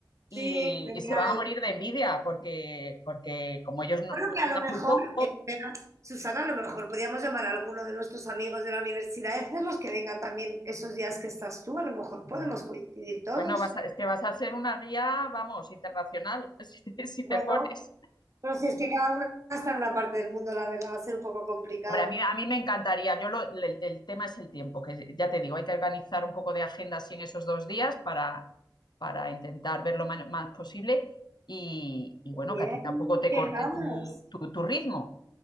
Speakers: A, on the right; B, on the left.
A: sí,
B: y,
A: genial.
B: y se van a morir de envidia porque, porque como ellos no,
A: Creo que a
B: quedan
A: lo mejor,
B: muy poco,
A: espera, Susana, a lo mejor podríamos llamar a alguno de nuestros amigos de la universidad y hacerlos que vengan también esos días que estás tú. A lo mejor
B: bueno,
A: podemos coincidir todos.
B: bueno, vas a- es que vas a ser una guía, vamos, internacional, <laughs> si te, si
A: Bueno,
B: te pones.
A: pero si es que cada uno está en una parte del mundo, la verdad, va a ser un poco complicado.
B: Hombre, a mí, a mí me encantaría, yo lo- el, el tema es el tiempo, que ya te digo, hay que organizar un poco de agenda así en esos dos días para, para intentar ver lo ma- más, posible y, y
A: Muy
B: bueno,
A: Bien,
B: que a ti tampoco te
A: qué
B: corte
A: ganas,
B: tu, tu tu ritmo.